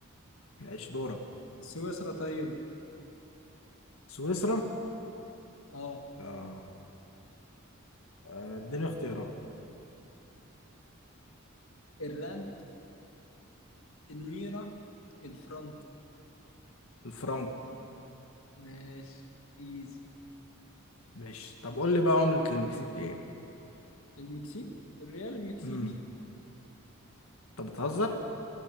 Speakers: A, on the left (about 80°); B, on the left (about 70°).
A: ماشي دورك
B: سويسرا طيب
A: سويسرا
B: اه
A: اه آه، اديني اختيارات
B: الراند النيرة الفرنك
A: الفرنك
B: ماشي ايزي
A: ماشي طب قول لي بقى عملة المكسيك ايه
B: المكسيك الريال المكسيكي
A: امم طب بتهزر